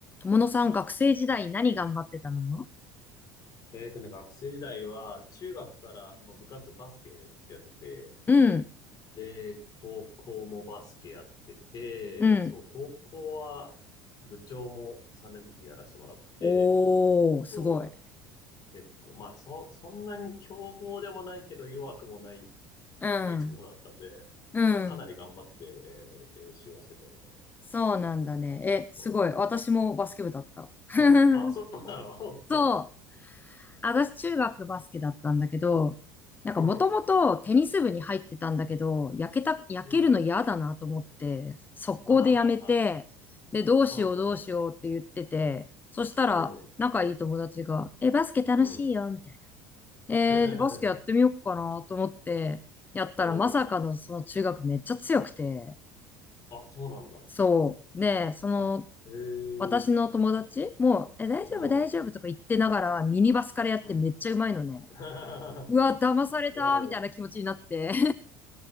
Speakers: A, on the left (about 20°); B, on the left (about 40°).
A: 友野さん、学生時代何頑張ってたの
B: えっとね、学生時代は、中学からもう部活バスケずっとやってて、
A: うん、
B: で、高校もバスケやってて、
A: うん。
B: そう、高校は部長も3年の時やらせてもらって、
A: おー、
B: そ
A: すごい。
B: う、結構、まあ、そ、そんなに強豪でもないけど弱くもないっ
A: うん、
B: ていうところだったんで、
A: うん。
B: まあ、かなり頑張って、えー練習はしててもね。
A: そうなんだね。
B: そうそうそ
A: え、すごい。私もバスケ部だった。<laughs>
B: う。うん。あ、そうなの <laughs> おっと。
A: そう。私、中学バスケだったんだけど、なんかもともとテニス部に入ってたんだけど、
B: うん。
A: 焼けた、焼けるの嫌だなと思って、
B: うん。
A: 速攻でやめて、
B: ああ、
A: で、どうしようどうしようって言ってて、
B: うんうん
A: そしたら仲いい友達が、
B: うん。うん
A: え、バスケ楽しいよ、
B: うん。
A: みたいな。えー、
B: <laughs>
A: バスケやってみようかなと思って、やったらまさかのその中学めっちゃ強くて、
B: うん。あ、そうなんだ。
A: そう。で、その、
B: へ
A: 私の友達も、
B: え。
A: え、大丈夫、
B: うん。
A: 大丈夫とか言ってながら、ミニバスからやってめっちゃうまいのね。
B: うん。<laughs>
A: うわ、
B: な
A: 騙されたみたいな気持ちになって。
B: るほど。